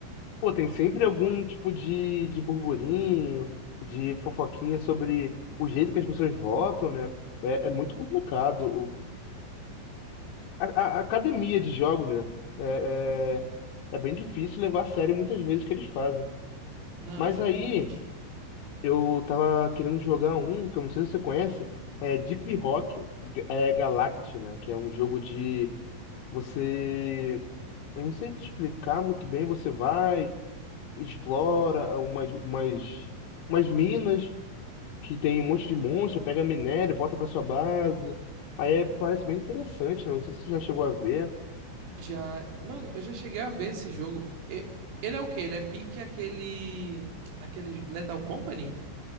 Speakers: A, on the left; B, on the right.
A: pô, tem sempre algum tipo de, de burburinho, de fofoquinha sobre o jeito que as pessoas votam, né? É, é muito complicado A, a- a academia de jogos, né? É, é, é bem difícil levar a sério muitas vezes o que eles fazem.
B: Não,
A: Mas
B: exatamente.
A: aí eu tava querendo jogar um, que eu não sei se você conhece, é Deep Rock é, Galactic, né? Que é um jogo de você. Eu não sei te explicar muito bem, você vai, explora umas, umas, umas minas que tem um monte de monstro, pega minério, volta pra sua base. Aí é- parece bem interessante, né? Não sei se você já chegou a ver.
B: Já, mano, eu já cheguei a ver esse jogo. E- Ele é o quê? Ele é pique aquele aquele Lethal Company?